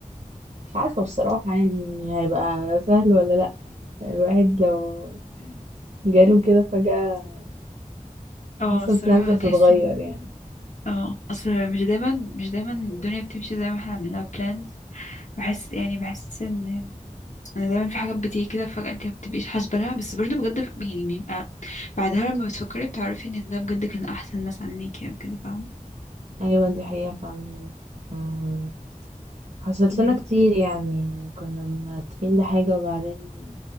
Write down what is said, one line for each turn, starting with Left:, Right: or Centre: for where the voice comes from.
Right: مش عارفه بصراحه يعني هيبقى سهل ولا لا الواحد لو جاله كده فجاه
Left: اه
Right: حاسه
Left: الصراحة
Right: البلانز هتتغير
Left: هتحسي انه
Right: يعني
Left: اه اصل مش دايما مش دايما الدنيا بتمشي زي ما احنا عملنا بلانز بحس يعني بحس ان انا دايما في حاجات بتيجي كده فجأة انت ما بتبقيش حاسبة لها بس برضه بجد ف- يعني بيبقى بعدها لما بتفكري بتعرفي ان ده بجد كان احسن مثلا ليكي او كده فاهمة
Right: ايوه دي حقيقه فعلا أمم، حصلت
Left: مم.
Right: لنا كتير يعني كنا مرتبين لحاجه وبعدين